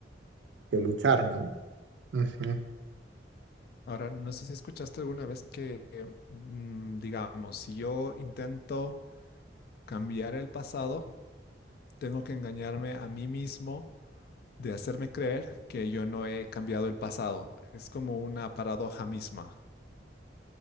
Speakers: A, on the right (about 85°); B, on the left (about 60°).
A: que luchar, ¿no? Ujú.
B: Ahora, no sé si escuchaste alguna vez que, eh, mm, digamos, si yo intento cambiar el pasado, tengo que engañarme a mí mismo de hacerme creer que yo no he cambiado el pasado. Es como una paradoja misma.